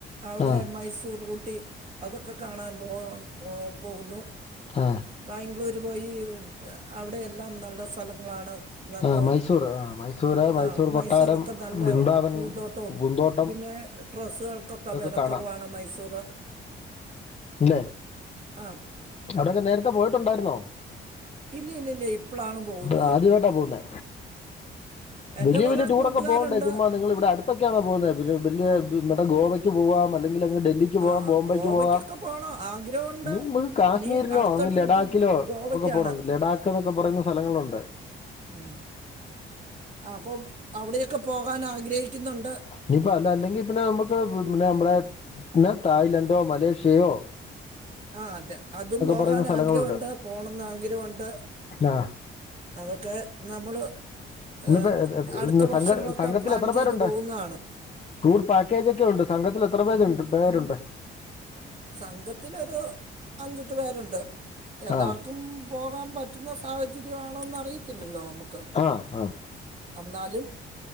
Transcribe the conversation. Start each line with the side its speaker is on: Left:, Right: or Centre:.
Right: അവിടെ
Left: ആ
Right: മൈസൂർ ഊട്ടി അതൊക്കെ കാണാൻ പോ പോകുന്നു
Left: ആഹ്
Right: ബാംഗ്ലൂര് പോയി അവിടെ എല്ലാം നല്ല സ്ഥലങ്ങളാണ് നല്ല
Left: ആ മൈസൂർ ആ മൈസൂര് മൈസൂർ
Right: ആഹ് മൈസൂരൊക്കെ
Left: കൊട്ടാരം
Right: നല്ല
Left: ബൃന്ദാവൻ
Right: പൂന്തോട്ടവും
Left: പൂന്തോട്ടം
Right: പിന്നെ ഡ്രെസ്സുകൾക്കൊക്കെ
Left: ഇതൊക്കെ
Right: വിലക്കുറവാണ്
Left: കാണാം
Right: മൈസൂർ
Left: ഇല്ലേ
Right: ആഹ്
Left: അവിടെയൊക്കെ നേരത്തെ പോയിട്ടുണ്ടായിരുന്നോ
Right: ഇല്ല ഇല്ല ഇല്ല ഇപ്പളാണ് പോകുന്നത്
Left: ഇപ്പൊ ആദ്യമായിട്ടാ പോകുന്നേ
Right: എൻ്റെ
Left: വലിയ
Right: കുറേ
Left: വലിയ ടൂറൊക്കെ
Right: കൂട്ടുകാരുണ്ട്
Left: പോകണ്ടേ ചുമ്മ നിങ്ങൾ ഇവിടെ അടുത്ത് ത്തൊക്കെയാണോ പോകുന്നത് പിന്നെ വലിയ ഇവിടെ ഗോവയ്ക്ക് പോവാം അല്ലെങ്കിൽ അങ്ങ് ഡൽഹി ക്ക്‌ പോവാം
Right: ആ
Left: ബോംബൈക്ക്
Right: ഗോവയ്ക്കൊക്കെ
Left: പോവാം
Right: പോകണം ആഗ്രഹമുണ്ട്
Left: നി കാശ്മീരിലോ
Right: ഇനി അടുത്ത
Left: അങ്ങ്
Right: ട്രിപ്പ്
Left: ലഡാക്കിലോ
Right: ഗോവയ്ക്കാണ്
Left: ഒക്കെ പോകണം ലഡാക്ക് എന്നൊക്കെ പറയുന്ന സ്ഥലങ്ങളുണ്ട്
Right: ഉം അപ്പം അവിടെയൊക്കെ പോകാൻ ആഗ്രഹിക്കുന്നുണ്ട്
Left: നിഇപ്പം അല്ല അല്ലെങ്കിൽ പിന്നെ നമ്മുക്ക് പിന്നെ നമ്മടെ ന്നെ തായ്ലന്റോ മലേഷ്യയൊ
Right: ആഹ് അതെ അതും പോകാൻ
Left: പറയുന്ന സ്ഥലങ്ങളുണ്ട്
Right: ആഗ്രഹംണ്ട് പോണംന്ന് ആഗ്രഹോണ്ട്
Left: ആഹ്
Right: അതൊക്കെ നമ്മൾ
Left: ഇന്നിപ്പോ
Right: ഏഹ്
Left: എ- എ-
Right: അടുത്ത
Left: ഇന്ന്
Right: വർഷങ്ങളൊക്കെ
Left: സംഘ സംഘത്തിൽ
Right: പ്ലാൻ
Left: എത്ര പേരുണ്ട്
Right: ചെയ്തു പോകുന്നതാണ്
Left: ടൂർ പാക്കേജ് ഒക്കെ ഉണ്ട് സംഘത്തിൽ എത്ര പേജുണ്ട് പേരുണ്ട്
Right: സംഘത്തിലൊരു അഞ്ചെട്ട് പേരുണ്ട് എല്ലാവർക്കും
Left: ആഹ്
Right: പോകാൻ പറ്റുന്ന സാഹചര്യംമാണോെന്ന് അറിയത്തില്ലല്ലോ നമുക്ക്
Left: ആ ആ
Right: എന്നാലും